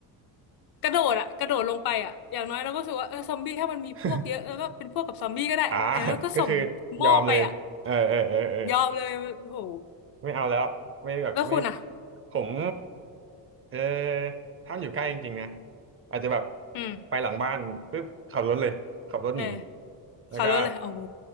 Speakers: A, on the left (about 55°); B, on the right (about 30°).
A: กระโดดอะกระโดดลงไปอะอย่างน้อยเราก็รู้สึกว่าเออซอมบี้ถ้ามันมีพวกเยอะเออก็เป็นพวกกับซอมบี้ก็ได้อย่างน้อยก็ส่งหม้อไปอะ
B: <laughs> อ่าก็คือยอมเลยเออเออเออเออ
A: ยอมเลยโอ้โห
B: ไม่เอาแล้วไม่แบบไม่
A: แล้วคุณอะ
B: ผมเออถ้ามันอยู่ใกล้จริงๆนะอาจจะแบบ
A: อืม
B: ไปหลังบ้านปุ๊บขับรถเลยขับรถหนี
A: เออ
B: แล้วก็
A: ขับรถเลยโอ้โห